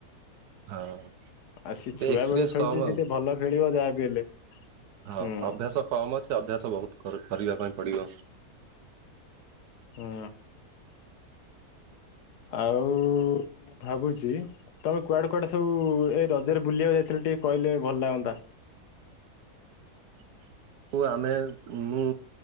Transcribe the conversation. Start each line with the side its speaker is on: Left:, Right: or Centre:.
Right: ହଁ
Left: ଆଉ ସିଏ
Right: ଟିକେ
Left: ଛୁଆ
Right: ଏକ୍ସପିରିଏନ୍ସ
Left: ବେଳୁ ଖେଳୁଛି
Right: କମ
Left: ସିଏ
Right: ଆଉ।
Left: ଟିକେ ଭଲ ଖେଳିବ ଯାହା ବିି ହେଲେ।
Right: ହଁ
Left: ହୁଁ
Right: ଅଭ୍ୟାସ କମ ଅଛି ତ ଅଭ୍ୟାସ ବହୁତ କରିବା ପାଇଁ ପଡିବ।
Left: ହୁଁ। ଆଉ ଭାବୁଛି ତମେ କୁଆଡେ କୁଆଡେ ସବୁ ଏଇ ରଜରେ ବୁଲିବାକୁ ଯାଇଥିଲ ଟିକେ କହିଲେ ଭଲ ଲାଗନ୍ତା।
Right: <inaudible> ଆମେ ମୁଁ